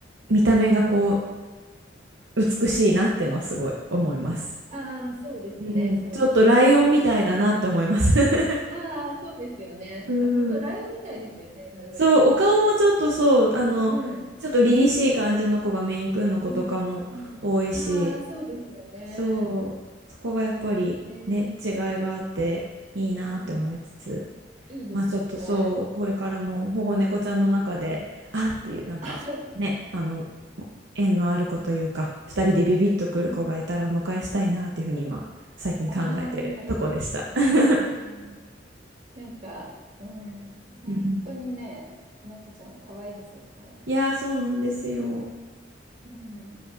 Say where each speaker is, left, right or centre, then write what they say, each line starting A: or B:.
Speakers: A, on the right; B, on the right.
A: 見た目がこう、美しいなってのはすごい思います。
B: ああー、そうですね、
A: うん、
B: そうですね。
A: ちょっとライオンみたいだなって思います。
B: キジさん
A: <laughs>
B: はい。ああ、そうですよね。
A: うん。
B: いや、本当ライオンみたいですよね、ノルウェーちゃんって。
A: そう、お顔もちょっとそう、あの、
B: うん。
A: ちょっと凛々しい感じの子がメイン君の子とかも多いし、
B: そうそう。うん。うん。ああ、そうですよね。
A: そう、そこがやっぱりね、
B: えー、
A: 違いがあっていいなって思いつつ、
B: うん。いいですよね。
A: まあちょっとそう、これからも保護猫ちゃんの中で、あっていうなんか、
B: <laughs>
A: ね、あの、縁のある子というか、二人でビビッとくる子がいたらお迎えしたいなっていうふうに今、
B: うん。
A: 最近考えてるとこでした。
B: ああ、いいですね。
A: <laughs>
B: うん、なんか、うん、本当にね、
A: うん
B: 猫ちゃん可愛いですもん。
A: いやー、そうなんですよ。
B: うん。